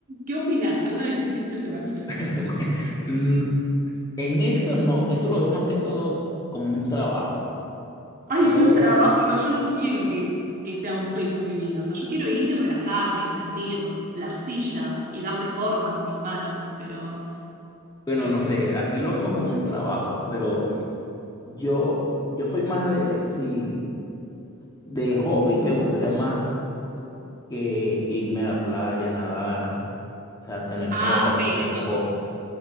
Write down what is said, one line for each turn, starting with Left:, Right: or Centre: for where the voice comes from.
Right: ¿Qué opinas? ¿Alguna vez hiciste cerámica?
Left: <laughs> Bueno, Mm, En eso no, eso lo veo más que todo como un trabajo.
Right: Ay,
Left: No
Right: es
Left: lo
Right: un
Left: veo
Right: trabajo.
Left: como,
Right: No, yo no quiero que, que sea un peso mi vida. O sea, yo quiero ir y relajarme y sentir la arcilla y darle forma con mis manos. Pero.
Left: bueno,
Right: eh,
Left: no sé, aquí lo vemos como un trabajo, pero yo, yo soy más de, si de hobby me gustaría más que irme a la playa, nadar, o sea, tener
Right: Ah,
Left: como pasatiempo.
Right: sí, eso.